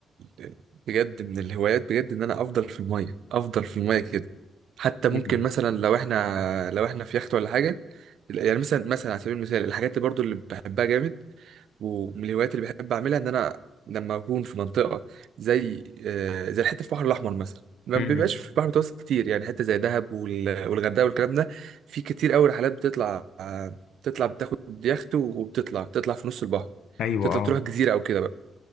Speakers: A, on the right; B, on the left.
A: ال- بجد من الهوايات بجد ان انا افضل في الميه افضل في الميه كده حتى ممكن
B: مم.
A: مثلا لو احنا لو احنا في يخت ولا حاجه يعني مثلا مثلا على سبيل المثال الحاجات اللي برضو اللي بحبها جامد ومن الهوايات اللي بحب اعملها ان انا لما اكون في منطقه زي آه، زي الحته في البحر الاحمر مثلا ما
B: مم.
A: بيبقاش في البحر المتوسط كتير يعني حته زي دهب وال- والغردقه والكلام ده في كتير قوي رحلات بتطلع آه، بتطلع بتاخد يخت وبتطلع بتطلع في نص البحر
B: ايوه
A: تطلع
B: اه
A: تروح جزيره او كده بقى